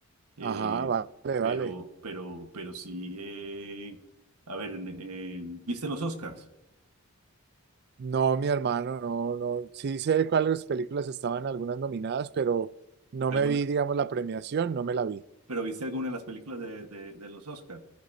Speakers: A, on the right (about 85°); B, on the right (about 45°).
A: eh,
B: ajá, vale,
A: pero,
B: vale.
A: pero, pero sí, eh, a ver, en- en- ¿viste los Oscars?
B: No, mi hermano, no, no. Sí sé cuáles películas estaban algunas nominadas, pero no
A: ¿Alguna,
B: me vi, digamos, la premiación, no me la vi.
A: pero viste alguna de las películas de, de, de los Oscars?